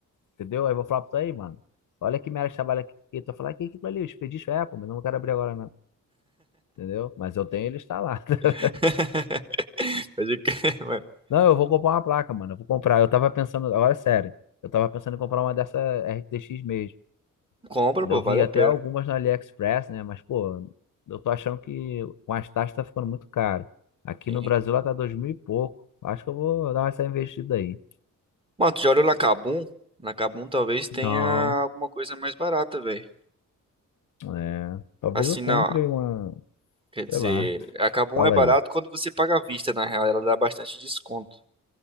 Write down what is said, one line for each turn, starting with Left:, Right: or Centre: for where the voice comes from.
Left: entendeu? Aí eu vou falar pra tu aí, mano. Olha que minha área de trabalho aqui. Tu vai falar "Ah, que que aquilo ali, o Expedition Apple, mas eu não quero abrir agora, não. Entendeu? Mas eu tenho ele instalado. <laughs>
Right: <laughs> Pode crer, mano.
Left: Não, eu vou comprar uma placa, mano. Eu vou comprar. Eu tava pensando, agora é sério. Eu tava pensando em comprar uma dessa RTX mesmo.
Right: Compra,
Left: Eu
Right: pô, vale
Left: vi
Right: a
Left: até
Right: pena.
Left: algumas na AliExpress, né? Mas, pô, eu tô achando que com as taxas tá ficando muito caro. Aqui
Right: Sim.
Left: no Brasil ela tá dois mil e pouco. Acho que eu vou dar essa investida aí.
Right: Mano, tu já olhou na Kabum? Na Kabum talvez tenha
Left: Não,
Right: alguma coisa mais barata, velho.
Left: é. Talvez
Right: Assim,
Left: eu compre
Right: não,
Left: uma,
Right: quer dizer,
Left: sei lá.
Right: a Kabum
Left: Fala
Right: é barato
Left: aí.
Right: quando você paga à vista, na real, ela dá bastante desconto.